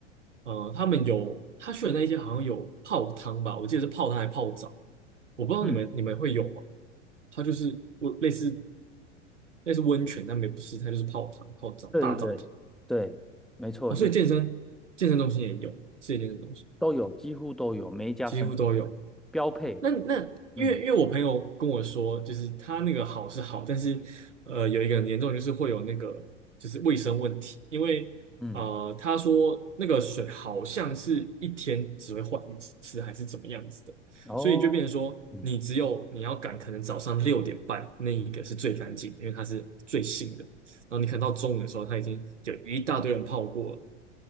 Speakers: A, on the right; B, in the centre.
A: 呃，他们有他去的那一些好像有泡汤吧，我记得是泡汤还泡澡，我不知道你们你们会有吗？
B: 嗯。
A: 它就是我类似类似温泉，但没不是，它就是泡汤、泡澡、
B: 对对对对，
A: 大澡堂。
B: 没错，
A: 哦，
B: 就是
A: 所以健身健身中心也有，是一健身中心
B: 都有，几乎都有，每一家分店
A: 几乎都有。
B: 标配。
A: 那那因为因为我朋友跟我说，
B: 嗯
A: 就是他那个好是好，但是呃有一个很严重的就是会有那个就是卫生问题，因为呃他说那个水好像是一天只会换一次还是怎么样子的，
B: 嗯，哦，
A: 所以就变成说你只有你要赶可能早上六点半那一个是最干净的因为它是最新的，
B: 嗯
A: 然后你可能到中午的时候它已经有一大堆人泡过了，